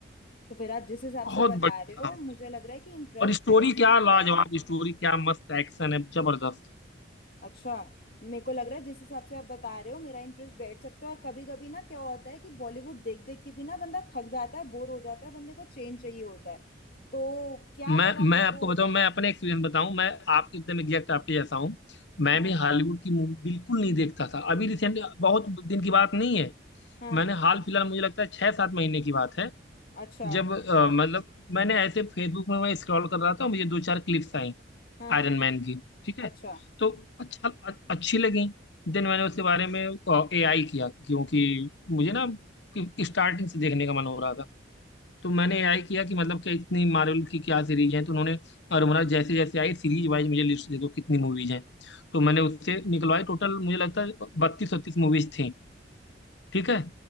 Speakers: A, on the left; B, on the left.
A: तो फिर आप जिस हिसाब
B: बहुत
A: से बता
B: बढ़िया
A: रहे हो
B: काम
A: मुझे
B: किया।
A: लग रहा है कि इंटरेस्ट
B: और स्टोरी
A: बैठ सकता
B: क्या लाजवाब
A: है
B: स्टोरी क्या मस्त एक्शन है जबरदस्त
A: अच्छा मेरे को लग रहा है जिस हिसाब से आप बता रहे हो मेरा इंटरेस्ट बैठ सकता है और कभी कभी ना क्या होता है कि बॉलीवुड देख देख के भी ना बंदा थक जाता है बोर हो जाता है बंदे को चेंज चाहिए होता है तो क्या
B: मैं
A: पता मेरे
B: मैं आपको
A: को
B: बताऊं मैं अपने एक्सपीरियंस बताऊं मैं आपके एकदम एग्जैक्ट आपके जैसा हूं मैं
A: हाँ
B: भी हॉलीवुड की मूवी बिल्कुल नहीं देखता था अभी रिसेंटली बहुत दिन की बात नहीं है
A: हाँ
B: मैंने हाल फिलहाल मुझे लगता है छह सात महीने की बात है
A: अच्छा
B: जब अ, मतलब मैंने ऐसे फेसबुक में मैं स्क्रॉल कर रहा था मुझे दो चार क्लिप्स आई
A: हाँ
B: आयरन मैन की ठीक है
A: अच्छा
B: तो अच्छा अ- अच्छी लगी देन मैंने उसके बारे में एआई किया क्योंकि मुझे ना स्टार्टिंग से देखने का मन हो रहा था तो मैंने एआई किया कि मतलब क्या इतनी मार्वल की क्या सीरीज है तो उन्होंने और उन्होंने जैसे जैसे आई सीरीज वाइज मुझे लिस्ट दे दो कितनी मूवीज हैं तो मैंने उससे निकलवाई टोटल मुझे लगता है बत्तीस 36 मूवीज थी ठीक है